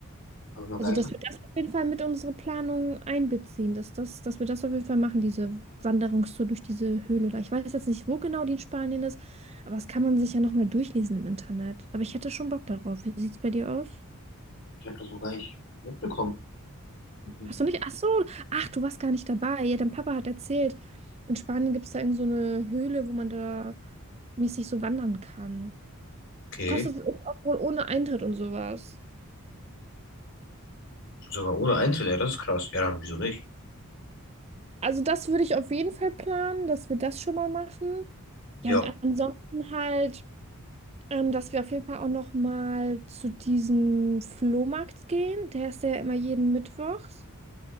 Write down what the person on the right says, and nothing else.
Also,
dass wir das auf jeden Fall mit unsere Planung einbeziehen, dass das, dass wir das auf jeden Fall machen, diese Wanderungstour durch diese Höhle da. Ich weiß jetzt nicht, wo genau die in Spanien ist, aber das kann man sich ja nochmal durchlesen im Internet. Aber ich hätte schon Bock darauf. Wie sieht's bei dir aus?
Hast du nicht? Ach so, ach, du warst gar nicht dabei. Ja, dein Papa hat erzählt, in Spanien gibt es da irgend so eine Höhle, wo man da mäßig so wandern kann.
Kostet auch wohl ohne Eintritt und sowas.
Also das würde ich auf jeden Fall planen, dass wir das schon mal machen.
Ja, und ansonsten halt, ähm, dass wir auf jeden Fall auch noch mal zu diesem Flohmarkt gehen. Der ist ja immer jeden Mittwochs.